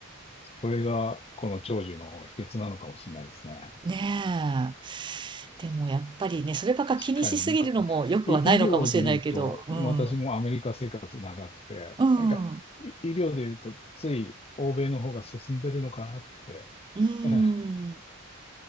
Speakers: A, on the left; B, on the right.
A: これがこの長寿の秘訣なのかもしれないですね。
B: ねえ。でもやっぱりね、そればっか気にしすぎるのも良くはないのかもしれないけど、
A: 確かになんか、い医療で言うと、
B: うん。
A: 私もアメリカ生活長くて、
B: うん。
A: なんか、
B: う
A: い医療で言うと、つい欧米の方が進んでるのかなって、
B: ーん。
A: <laughs> ええ